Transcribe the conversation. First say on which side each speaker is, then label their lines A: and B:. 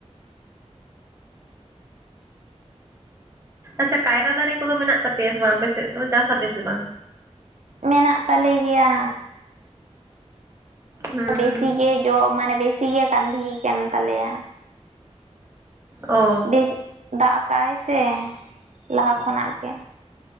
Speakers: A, on the right; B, on the right.
A: ᱟᱪᱪᱷᱟ ᱠᱟᱭᱨᱟ ᱫᱟᱨᱮ ᱠᱚᱫᱚ ᱢᱮᱱᱟᱜ ᱛᱟᱯᱮᱭᱟ ᱥᱮ ᱵᱟᱝ ᱟᱯᱮ ᱥᱮᱫ ᱫᱚ ᱪᱟᱥ ᱟᱯᱮ ᱥᱮ ᱵᱟᱝ᱾
B: ᱢᱮᱱᱟᱜ ᱛᱟᱞᱮ ᱜᱮᱭᱟ᱾
A: ᱦᱩᱸ
B: ᱵᱮᱥᱤᱜ ᱜᱮ ᱡᱚ ᱢᱟᱱᱮ ᱵᱮᱥᱤ ᱜᱮ ᱠᱟᱸᱫᱷᱤᱭ ᱠᱟᱱ ᱛᱟᱞᱮᱭᱟ
A: ᱚ
B: ᱵᱮᱥ ᱫᱟᱜ ᱟᱠᱟᱭ ᱥᱮ ᱞᱟᱦᱟ ᱠᱷᱚᱱᱟᱜ ᱜᱮ